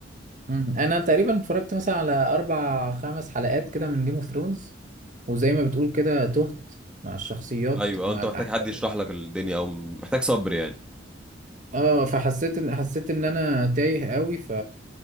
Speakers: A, on the right; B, in the centre.
A: مم. انا تقريبا اتفرجت مثلا على اربع خمس حلقات كده من جيم اوف ثرونز وزي ما بتقول كده تهت مع الشخصيات
B: ايوه أو
A: مع
B: انت
A: الاحداث
B: محتاج حد يشرح لك الدنيا او محتاج صبر يعني
A: اه فحسيت ان حسيت ان انا تايه قوي ف